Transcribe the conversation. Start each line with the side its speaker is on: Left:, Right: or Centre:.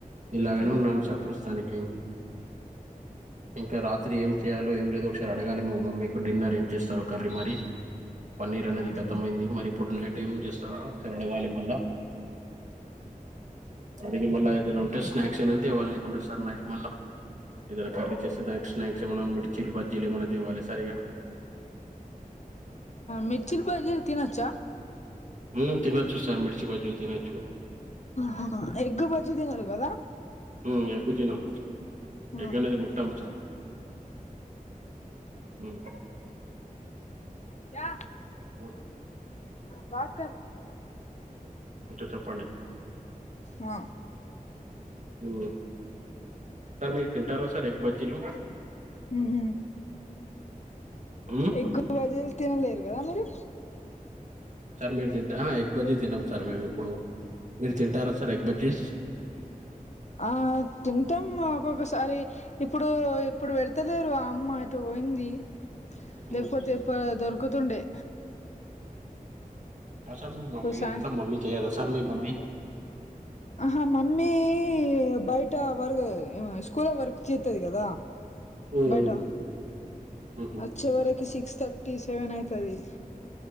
Right: ఇలాగనే
Left: ఉహు
Right: ఉన్నాము సార్ ప్రస్తుతానికి ఇంకా రాత్రి ఏం చేయాలో ఏం లేదో సార్ అడగాలి మా మమ్మీకు డిన్నర్ ఏం చేస్తారో కర్రీ మరి పన్నీర్ అనేది
Left: ఆహా
Right: ఖతమయింది మరి ఇప్పుడు నైట్ ఏం చేస్తారు ఒకసారి అడగాలి మల్ల అడిగి మళ్ళీ ఏదైనా స్నాక్స్ స్నాక్స్ ఐన తేవాలే లేకుంటే సార్ నైట్ మల్ ఏదైనా కర్రీ చేస్తే స్నాక్స్మ మీరిచి జిలు మన దేవాలే సార్ ఇగ
Left: మిర్చిలు బజ్జిలు తినచ్చ
Right: ఉ తినొచ్చు సార్ మిర్చి బజ్జీలు తినొచ్చు
Left: హా ఎగ్ బజ్జీ తిన్నారు కదా
Right: ఉ ఎగ్గు తినము
Left: ఆ
Right: ఎగ్నేది ముట్టాము సార్ హ్మ్
Left: యా
Right: ఆ
Left: బాత్ కర్
Right: ఓ
Left: ఆ
Right: ఉ సార్ మీరు తింటారా సార్ ఎగ్ బజ్జీలు
Left: హుమ్
Right: హ్మ్
Left: ఎగ్గు బజ్జీలు తినలేరు కదా మీరు
Right: సార్ మీరు తింట ఎగ్బజీ తినం సార్ మేము ఎప్పుడు మీరు తింటారా సార్ ఎగ్ బజీ
Left: ఆ తింటాం ఒక్కొక్కసారి ఇప్పుడు ఇప్పుడు పెడతేలేరు ఆ అమ్మ ఎటో పోయి ఉంది
Right: హ్మ్
Left: లేకపోతే ఇ దొరుకుతుండే
Right: సార్ మీ
Left: ఇప్పుడు
Right: మమ్మీ
Left: సా
Right: అంత మమ్మీ చేయదా సార్ మీ మమ్మి
Left: ఆహా మమ్మీ బయట వర్గ్ స్కూల్ వర్క్ చేతది కదా.
Right: హ్మ్
Left: బయటా
Right: ఊహూ
Left: అచ్చే వరేకి సిక్స్ థర్టీ సెవెన్ అయితది.